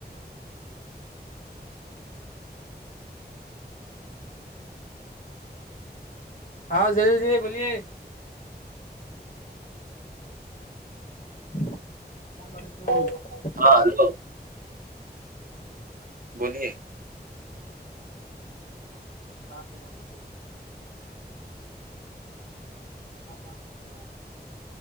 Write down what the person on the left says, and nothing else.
ہاں جل جیے بولیے <unintelligible>
کھ س پ جا جی س پچس ہزار